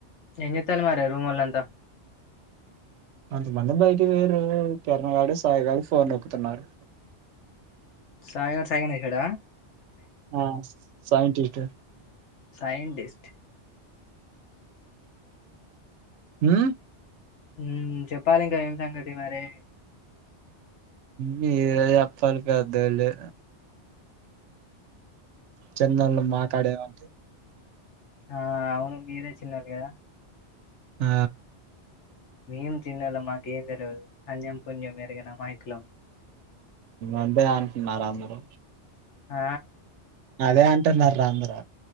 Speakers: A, on the left (about 80°); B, on the right (about 85°).
A: ఏం చేస్తారు మరి రూమ్ వాళ్ళు అంతా
B: కొంతమంది బయటి పొయ్యారు కిరణగాడు సాయి గాడు ఫోన్ నొక్కుతున్నారు
A: సాయిగాడు సాయిగానే ఎసిరా
B: ఆ సైన్ టిటా
A: సైంటిస్ట్
B: ఉమ్మ్
A: ఉ చెప్పాలి ఇంకా ఏం సంగతి మరి
B: మీరే చెప్పాలి పెద్దళ్ళు చెన్నళ్లు మక్కడ ఏం ఉంది
A: ఆ అవును మీరే చిన్నోళ్లు కదా
B: ఆ
A: ఏం చిన్నోలం మాకేం తెల్వదు అన్యం పుణ్యం ఎరుగని అమాయకులం
B: అదే అంటున్నారా అందరు
A: ఆ
B: అదే అంటున్నారు అందరు